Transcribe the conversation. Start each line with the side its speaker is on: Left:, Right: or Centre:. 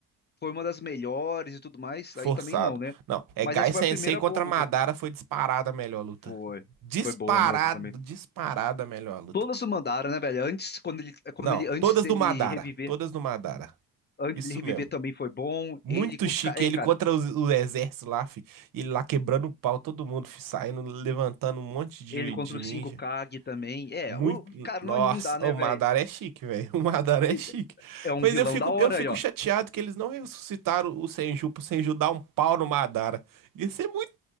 Left: foi uma das melhores e tudo mais,
Right: Forçado.
Left: aí também não, né?
Right: Não, é
Left: Mas
Right: Gai
Left: essa
Right: Sensei
Left: foi a primeira
Right: contra
Left: boa luta.
Right: Madara foi disparada a melhor luta.
Left: Foi.
Right: Disparado,
Left: Foi boa mesmo também.
Right: disparada a melhor luta.
Left: Todas o mandaram, né, velho? Antes, quando ele, quando
Right: Não,
Left: ele, antes
Right: todas
Left: dele
Right: do Madara.
Left: reviver,
Right: Todas do Madara.
Left: antes
Right: Isso
Left: dele reviver
Right: mesmo.
Left: também foi bom.
Right: Muito
Left: Ele, co-
Right: chique.
Left: ca- é,
Right: Ele
Left: cara,
Right: contra os- o exército lá, fi. E ele lá quebrando o pau, todo mundo, fi, saindo, levantando um monte de,
Left: ele contra
Right: de
Left: o
Right: ninja.
Left: 5 Kag também. É,
Right: Muito.
Left: o, cara,
Right: Nossa,
Left: não, não dá, né,
Right: o Madara
Left: velho?
Right: é chique, velho. <laughs> O Madara
Left: Eita,
Right: é chique.
Left: É um
Right: Mas
Left: vilão
Right: eu fico,
Left: da hora
Right: eu fico
Left: aí, ó.
Right: chateado que eles não ressuscitaram o Senju pro Senju dar um pau no Madara. Ia ser muito